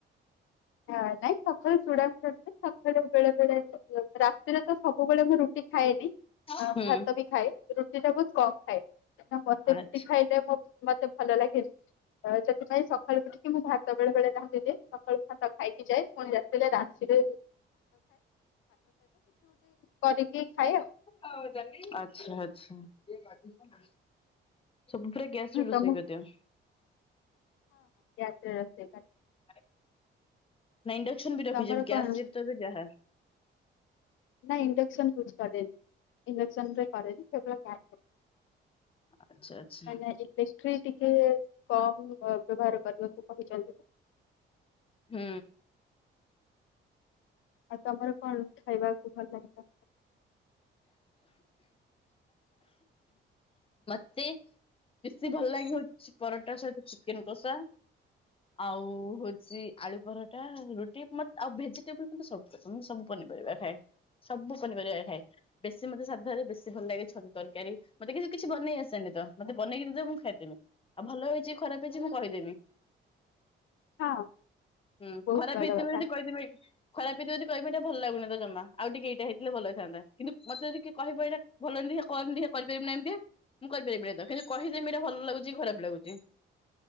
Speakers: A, on the left; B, on the left.
A: ହଁ ନାଇଁ ସକଳୁ ଚୁଡ଼ା ଗୁଣ୍ଡ ନାଇଁ। ବେଳେ ବଳେ ରାତିରେ ତ ସବୁବେଳେ ମୁଁ ରୁଟି ଖାଏନି
B: ହୁଁ
A: ଭାତ ବି ଖାଏ ରୁଟି ଟା ବହୁତ କମ ଖାଏ, ମତେ
B: ଆଚ୍ଛା।
A: ରୁଟି ଖାଇଲେ ମୋ ମତେ ଭଲ ଲାଗେନି ତ ସେଥିପାଇଁ ସକାଳୁ ଟିକେ ମୁଁ ଭାତ ବେଳେ ବେଳେ ରାନ୍ଧି ଦିଏ ସକାଳୁ ସା ଖାଇକି ଯାଏ ପୁଣି ରାତିରେ ଆସିଲେ କରିକି ଖାଏ ଆଉ
B: ଆଚ୍ଛା ଆଚ୍ଛା। <unintelligible> ସବୁ ଥିରେ ଗ୍ୟାସରେ ରୋଷେଇ
A: ତମ
B: କରିଦିଅ।
A: ରେ ରୋଷେଇ କରେ।
B: <unintelligible> ନାଁ ଇଣ୍ଡକ୍ସନ୍ ବି ରଖିଚ
A: ତମର
B: ଗ୍ୟାସ୍
A: କଣ
B: ସିପ୍ ତ ଏବେ ଯାହା।
A: ନା ଇଣ୍ଡକ୍ସନ ୟୁଜ୍ କରେନି ଇ ଣ୍ଡେକ୍ସନ୍ ରେ କରେନି କେବଳ ଗ୍ୟା
B: ଆଚ୍ଛା ଆଚ୍ଛା
A: ଆଜ୍ଞା ଏତେ ଷ୍ଟ୍ରିଟ୍। ଟିକେ କମ୍ ଅ ବ୍ୟବହାର କରିବାକୁ କହିଚନ୍ତି।
B: ହୁଁ।
A: ଆଉ ତମର କଣ ଖାଇବାକୁ ଭଲ ଲା
B: ମତେ ବେଶୀ ଭଲ ଲାଗେ ହଉଚି ପରଟା ସହିତ ଚି କେନ୍ କସା ଆଉ ହଉଛି ଆଳୁ ପରଟା ରୁଟି ମ ଆଉ ଭେଜିଟେବୁଲ୍ ସବୁ ପସନ୍ଦ ମୁଁ ସବୁ ପନିପରିବା ଖାଏ। ସବୁ ପନିପରିବା ଖାଏ। ବେଶୀ ମତେ ସାଧାରେ ବେଶୀ ଭଲ ଲାଗେ ଛତୁ ତର୍କାରୀ ମତେ କି କିଛି ବନେଇ ଆସେନି ତ ମତେ ବନଇକି ଦେଇଦବ ମୁଁ ଖାଇଦେମି ଆଉ ଭଲ ହେଇଚି ଖରାପ ହେଇଛି ମୁଁ କହିଦେବି
A: ହଁ
B: ହୁଁ
A: ବହୁତ
B: ଖରାପ
A: ଭଲ
B: ହେଇଥିବି
A: କଥା
B: ଯଦି କହିଦେବି ଏ ଖରାପ୍ ହେଇଥିବ ଯଦ କହିବି ଭଲଲାଗୁନି ତ ଜମା ଆଉ ଟିକେ ଏଇଟା ହେ ଥିଲେ ଭଲହେଇଥାନ୍ତା। ମତେ ଯଦି କିଏ କହିବ ଏଇଟା ଭଲହେଇନି ଦେଖିଆ କର୍ନି ଦେଖିଆ। କରିପାରିବୁନା ଏମିତିଆ ମୁଁ କରିପାରିବିନି ତ କିନ୍ତୁ କହିଦେବି ଏଇଟା ଭଲ ଲାଗୁ ଚି ଖରାପ ଲାଗୁ ଚି